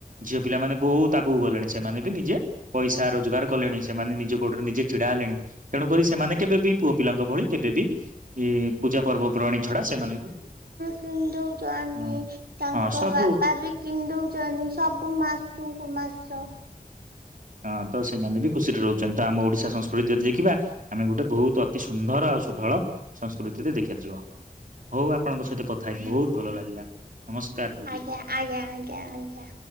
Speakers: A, on the right (about 60°); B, on the right (about 85°).
A: ଝିଅ ପିଲାମାନେ ବହୁତ ଆ ଗୁକୁ ଗଲେଣି ସେମାନେ ବି ନିଜେ ପଇସା ରୋଜଗାର କଲେଣି ସେମାନେ ନିଜ ଗୋଡରେ ନିଜେ ଛିଡା ହେଲେଣି। ତେଣୁକରି ସେମାନେ କେବେ ବିି ପୁଅ ପିଲାଙ୍କ ଭଳି କେବେବି ଏ ପୂଜା ପର୍ବପର୍ବାଣୀ ଛଡା ସେମାନେ ବି
B: ପିନ୍ଧୁଛ ଆନି
A: ହଁ
B: ତାଙ୍କ
A: ହଁ ସବୁ
B: ବାପା ବି କିନ୍ଦଉଛନ୍ତି ସବୁ ମାସକୁ ମାସ
A: ହଁ ତ ସେମାନେ ବି ଖୁସିରେ ରହୁଛନ୍ତି ତ ଆମ ଓଡିଶା ସଂସ୍କୃତି ଯଦି ଦେଖିବା ଆମେ ଗୋଟେ ବହୁତ ଅତି ସୁନ୍ଦର ଆଉ ସୁଢଳ ସଂସ୍କୃତିରେ ଦେଖାଯିବ ହଉ ଆପଣଙ୍କ ସହିତ କ ଥାଇ ବହୁତ ଭଲ ଲାଗିଲା ନମସ୍କାର ଦିଦି
B: ଆଜ୍ଞା ଆଜ୍ଞା ଆଜ୍ଞା ଆଜ୍ଞା।